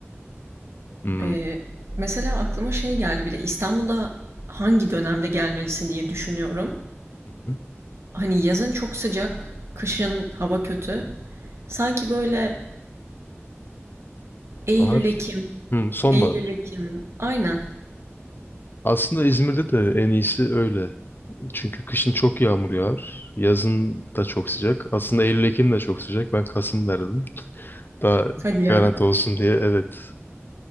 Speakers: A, on the left; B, on the right.
A: Hmm.
B: E,
A: Hı
B: mesela aklıma şey geldi bir de İstanbul'da hangi dönemde gelmelisin diye düşünüyorum.
A: hı.
B: Hani yazın çok sıcak, kışın hava kötü. Sanki böyle Eylül
A: Bahar.
B: Ekim,
A: Hmm, sonbahar.
B: Eylül Ekim. Aynen.
A: Aslında İzmir'de de en iyisi öyle. Çünkü kışın çok yağmur yağar. Yazın da çok sıcak. Aslında Eylül-Ekim de çok sıcak. Ben Kasım derdim. <laughs> Daha
B: Hadi ya.
A: garanti olsun diye. Evet.